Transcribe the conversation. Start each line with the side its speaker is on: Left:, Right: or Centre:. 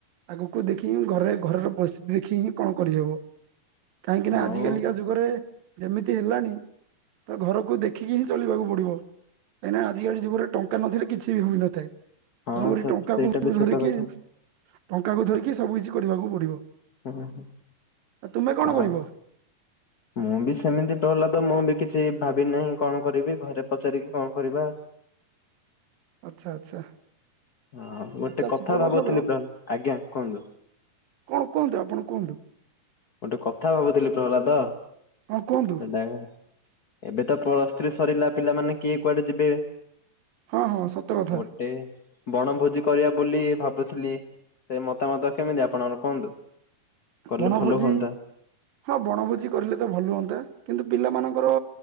Right: ଆଗ କୁ ଦେଖି ଘରେ ଘରର ପରିସ୍ଥିତି ଦେଖି ହିଁ କଣ କରିହବ। କାହିଁକି ନା
Left: ଆଉ
Right: ଆଜିିକାଲିକା ଯୁଗରେ। ଯେମିତି ହେଲାଣି ତ ଘରକୁ ଦେଖିକି ହିଁ ଚଲିବାକୁ ପଡିବ କାହିଁକି ନା ଆଜିକାଲି ଯୁଗରେ ଟଙ୍କା ନଥିଲେ କିଛି ବି ହୋଇନଥାଏ।
Left: ହଁ
Right: ତେଣୁକରି
Left: ସେ
Right: ଟଙ୍କାକୁ
Left: ସେଇଟା ବି ସତ
Right: ଧରିକି
Left: କଥା।
Right: ଟଙ୍କାକୁ ଧରିକି ସବୁ କିଛି କରିବାକୁ ପଡିବ।
Left: ହୁଁ ହୁଁ
Right: ଆଉ ତୁମେ କଣ
Left: ହଁ।
Right: କରିବ
Left: ମୁଁ ବି ସେମିତି ଟ ହେଲା ତ ମୁଁ ବି କିଛି ଭାବି ନାହିଁ କଣ କରିବି ଘରେ ପଚାରିକି କଣ କରିବା।
Right: ଆଚ୍ଛା ଆଚ୍ଛା।
Left: ହଁ ଗୋଟେ
Right: ଆଚ୍ଛା
Left: କଥା
Right: ସୁବପ୍ରସାଦ
Left: ଭାବୁଥିଲି ବ ଆଜ୍ଞା କୁହନ୍ତୁ।
Right: କଣ କୁହନ୍ତୁ ଆପଣ କୁହନ୍ତୁ।
Left: ଗୋଟେ କଥା ଭାବୁଥିଲି ପ୍ରହଲାଦ
Right: ହଁ କୁହନ୍ତୁ
Left: ସେଟା। ଏବେ ତ ପ୍ଲସ୍ ଥ୍ରୀ ସରିଲା ପିଲାମାନେ କିଏ କୁଆଡେ ଯିବେ।
Right: ହଁ ହଁ ସତ କଥା।
Left: ଗୋଟେ ବଣଭୋଜି କରିବା ବୋଲି ଭାବୁଥିଲି ସେ ମତାମତ କେମିତି ଆପଣଙ୍କର କୁହନ୍ତୁ। କଲେ
Right: ବଣଭୋଜି
Left: ଭଲ ହୁଅନ୍ତା।
Right: ହଁ ବଣଭୋଜି କରିଲେ ତ ଭଲ ହୁଅନ୍ତା। କିନ୍ତୁ ପିଲାମାନଙ୍କର